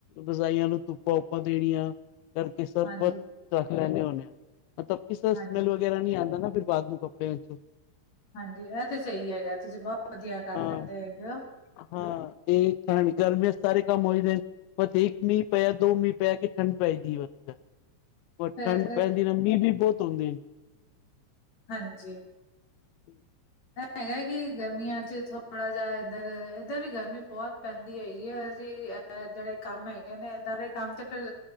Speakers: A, on the left; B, on the left.
A: ਰਜਾਇਆਂ ਨੂੰ ਧੁੱਪਾਂ ਵੁਪਾ ਦੇਣੀਆਂ ਕਰਕੇ ਸਭ
B: ਹਾਂਜੀ
A: ਰੱਖ ਲੈਂਨੇ ਹੋਨੇ ਆਂ ਮਤਲਬ ਇਸ <unintelligible>
B: ਹਾਂਜੀ
A: ਸਮੈਲ ਵਗੈਰਾ ਨੀ ਆਂਦਾ ਨਾ ਫਿਰ ਬਾਦ ਨੂੰ ਕੱਪੜੇਆਂ ਵਿੱਚ।
B: ਹਾਂਜੀ, ਐ ਤੇ ਸਹੀ ਹੈਗਾ ਤੁਸੀਂ ਬੋਤ ਵਧੀਆ ਕਰ
A: ਹਾਂ
B: ਲੈਂਦੇ ਹੈਗੇ ਓ।
A: ਹਾਂ, ਏ <unintelligible> ਗ਼ਰਮੀਆਂ 'ਚ ਸਾਰੇ ਕੰਮ ਹੋਈ ਦੇਨ ਬਸ ਏਕ ਮੀਂਹ ਪੈ ਦੋ ਮੀਂਹ ਪੈ ਕੇ ਠੰਡ ਪੈਦੀ, ਵ ਠੰਡ
B: ਫਿਰ
A: ਪੈਂਦੀ ਨਾ ਮੀਂਹ ਵੀ ਬਹੁਤ ਆਉਂਦੇ ਨੇ।
B: ਹਾਂਜੀ।
A: ਹ
B: ਹੈਗਾ ਕਿ ਗਰਮੀਆਂ ਚ ਥੋੜ ਥੋੜ੍ਹਾ ਜਿਹਾ ਇੱਧਰ, ਇੱਧਰ ਵੀ ਗਰਮੀ ਬਹੁਤ ਪੈਂਦੀ ਹੈਗੀ ਹੈ। ਅਸੀਂ ਅ ਜਿਹੜੇ ਕੰਮ ਹੈਗੇ ਨੇ ਇੱਦਾਂ ਦੇ ਕੰਮ ਤੇ ਫੇਰ।